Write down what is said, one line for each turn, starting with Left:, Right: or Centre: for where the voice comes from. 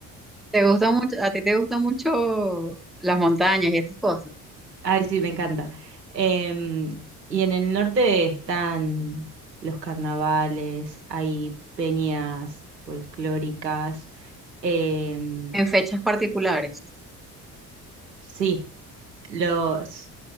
Centre: ¿Te gusta mucho, a ti te gustan mucho las montañas y estas cosas?
Right: Ay, sí, me encanta. Em, y en el norte están los carnavales, hay peñas folclóricas. em,
Centre: En fechas particulares.
Right: sí, los